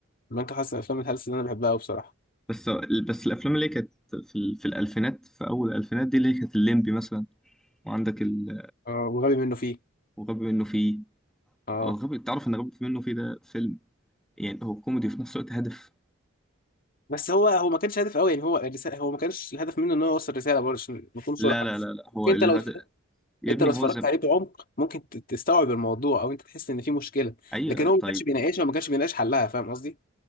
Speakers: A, on the left (about 45°); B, in the centre.
A: بنك الحظ من الافلام الهلس اللي انا بحبها قوي بصراحه
B: بس بس الأفلام اللي هي كانت في, ال... في الألفينات في أول الألفينات دي اللي هي كانت الليمبي مثلا وعندك ال...
A: آه... وغبي منه فيه
B: وغبي منه فيه
A: اه
B: أو غبي تعرف إن غبي منه فيه ده فيلم يعني هو كوميدي وفي نفس الوقت هدف
A: بس هو هو ما كانش هدف قوي يعني هو الرساله هو ما كانش الهدف منه ان هو يوصل رساله برضه عشان نكون صراحه
B: لا لا لا لا هو
A: ممكن انت
B: الهدف
A: لو اتفرجت
B: يا
A: انت
B: ابني
A: لو اتفرجت
B: هو زم
A: عليه بعمق ممكن ت- تستوعب الموضوع او انت تحس ان في مشكله
B: أيوه
A: لكن هو ما
B: طيب
A: كانش بيناقشها وما كانش بيناقش حلها فاهم قصدي؟